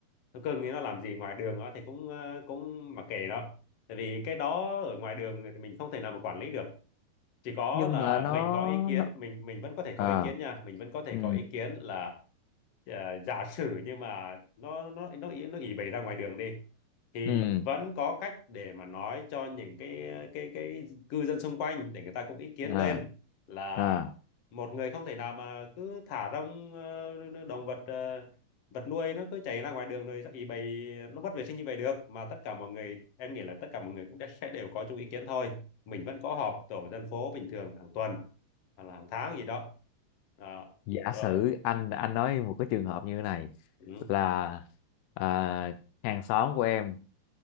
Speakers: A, on the left; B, on the left.
A: thú cưng thì nó làm gì ngoài đường đó thì cũng ờ, cũng mặc kệ nó tại vì cái đó ở ngoài đường thì mình không thể nào mà quản lý được chỉ có
B: nhưng
A: là
B: mà nó,
A: mình có ý kiến
B: nó
A: mình mình vẫn có thể
B: à
A: có ý kiến nha mình vẫn có thể
B: ừ
A: có ý kiến là ờ, giả sử nhưng mà nó nó nó ý nó ỉ bày ra ngoài đường đi thì
B: ừ
A: vẫn có cách để mà nói cho những cái cái cái cư dân xung quanh để người ta cũng ý kiến
B: à
A: lên là
B: à,
A: một người không thể nào mà cứ thả rông ờ, động vật ờ, vật nuôi nó cứ chạy ra ngoài đường rồi ý bày nó mất vệ sinh như vậy được mà tất cả mọi người em nghĩ là tất cả mọi người cũng đã- sẽ đều có chung ý kiến thôi mình vẫn có họp tổ dân phố bình thường hàng tuần hoặc là hàng tháng gì đó đó
B: giả
A: rồi
B: sử anh anh nói một cái trường hợp như thế này
A: ừ.
B: là à, hàng xóm của em